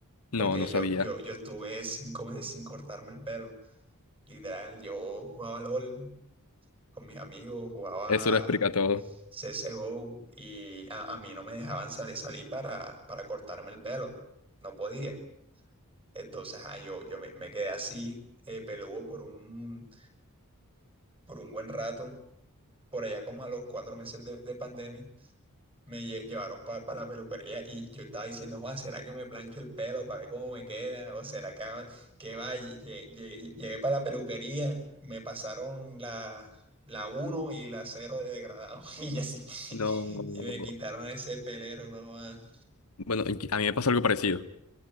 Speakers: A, on the left (about 75°); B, on the right (about 25°).
A: No,
B: porque
A: no sabía.
B: yo, yo, yo estuve cinco meses sin cortarme el pelo. Literal, yo jugaba LOL con mis amigos, jugaba
A: Eso lo explica todo.
B: CSGO y a, a mí no me dejaban salir, salir para, para cortarme el pelo. No podía. Entonces, ah, yo, yo me, me quedé así, eh, peludo por un, por un buen rato. Por allá como a los cuatro meses de, de pandemia, me lle- llevaron para la peluquería y yo estaba diciendo, "Joa, ¿será que me plancho el pelo para ver cómo me queda? ¿O será que, haga- que va? Y lle- lle- Llegué para la peluquería, me pasaron la, la uno y la cero de degradado <laughs> y así.
A: No.
B: Y me quitaron ese pelero nomás.
A: Bueno, y- a mí me pasó algo parecido.